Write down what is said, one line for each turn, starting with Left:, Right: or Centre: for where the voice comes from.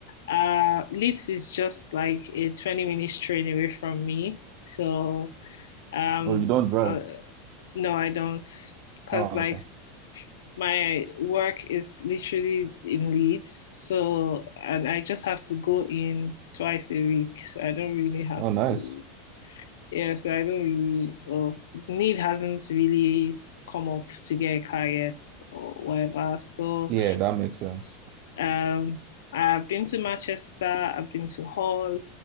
Left: Uh, Leeds is just like a 20 minutes train away from me. So, um,
Right: Oh, you don't drive?
Left: uh, no, I don't. Because
Right: Oh,
Left: like
Right: okay.
Left: My work is literally in Leeds, so and I just have to go in twice a week. So I don't really have
Right: Oh, nice.
Left: to, yeah, so I don't really, well, need hasn't really come up to get a car yet or whatever. So
Right: Yeah, that makes sense.
Left: um I've been to Manchester, I've been to Hull,